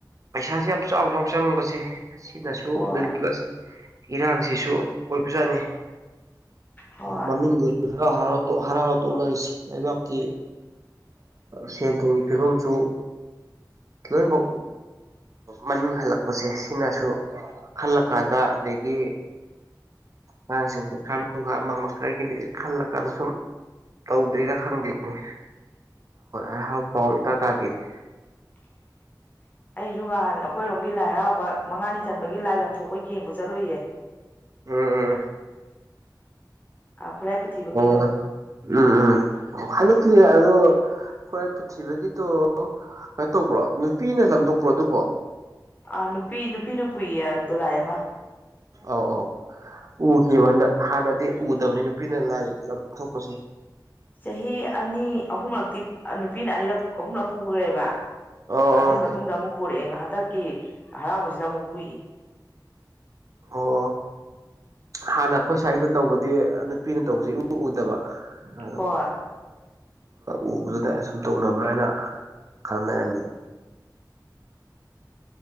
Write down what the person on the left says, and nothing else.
ꯍꯣꯏ
ꯍꯣꯏ
<unintelligible> ꯑꯩꯁꯨ ꯉꯍꯥꯟ ꯑꯩꯈꯣꯏꯔꯣꯝꯒꯤ ꯂꯥꯏ ꯍꯔꯥꯎꯕ ꯃꯉꯥꯅꯤ ꯆꯟꯕꯒꯤ ꯂꯥꯏ ꯂꯝꯊꯣꯛꯄ ꯌꯦꯡꯕ ꯆꯠꯂꯨꯏꯌꯦ
ꯑ ꯈꯨꯔꯥꯏ ꯄꯨꯊꯤꯕꯒꯤꯗꯣ
ꯑꯥ ꯅꯨꯄꯤ ꯅꯨꯄꯤꯅ ꯄꯨꯏꯌꯦꯗꯣꯂꯥꯏ ꯃꯥ
ꯆꯍꯤ ꯑꯅꯤ ꯑꯍꯨꯝꯂꯛꯇꯤ ꯅꯨꯄꯤꯅ ꯑꯅꯤꯔꯛ ꯑꯍꯨꯝꯂꯛ ꯄꯨꯈ꯭ꯔꯦꯕ
ꯑꯗꯨꯏ
ꯃꯇꯨꯡꯗ ꯑꯃꯨꯛ ꯄꯣꯔꯛꯑꯦ ꯉꯥꯏꯍ ꯍꯟꯗꯛꯀꯤ ꯍꯔꯥꯎꯕꯁꯤꯗ ꯑꯃꯨꯛ ꯄꯨꯏ
ꯍꯣꯏ
<unintelligible>